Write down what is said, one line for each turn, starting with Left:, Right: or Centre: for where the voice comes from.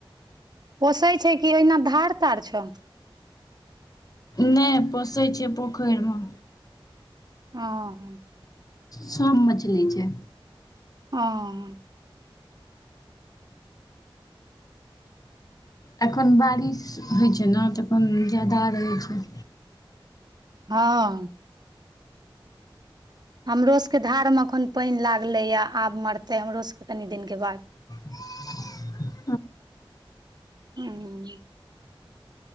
Right: पोसै छै कि ओहिना धार तार छौ।
Left: नै पोसै छै पोखैरि में।
Right: हाँ
Left: सब मछली छै
Right: हाँ।
Left: एखन बारिश होइ छै ने तऽअपन ज्यादा रहै छै
Right: हाँ। हमरो सबके धार मे एखन पानि लागलैए आब मरतै हमरो सब के कनि दिनके बाद।
Left: <inaudible>
Right: <inaudible>